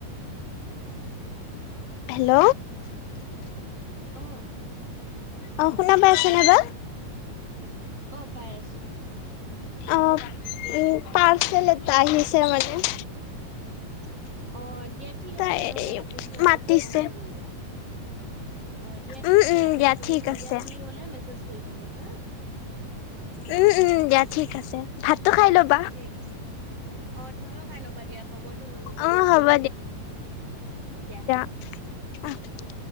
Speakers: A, on the left; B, on the right.
A: হেল্ল'?
B: অ,
A: অ' শুনা পাইছনে বা?
B: অ' পাই আছো।
A: অ' উম পাৰ্চেল এটা আহিছে মানে।
B: অ' দিয়া ঠিক আছে
A: তাই
B: তেনেহলে ৰাখিছো এনেও
A: মাতিছে।
B: সময় হৈ গল দিয়া। অ' দিয়া ঠিক
A: উম
B: আছে
A: উম
B: ৰাখিছো
A: দিয়া
B: তুমি
A: ঠিক
B: সন্ধিয়া
A: আছে
B: ফ্ৰী হলে মেছেজ কৰিবা দিয়া হা। <inaudible>
A: উম, উম, দিয়া ঠিক আছে ভাতো খাই লব
B: ঠিক আছে। অ' তুমিও খাই ল'বা দিয়া সময়টো হৈ গৈছে
A: অ
B: বহুত
A: হ'ব
B: সময় হৈ গল দিয়া।
A: অ',।
B: উম।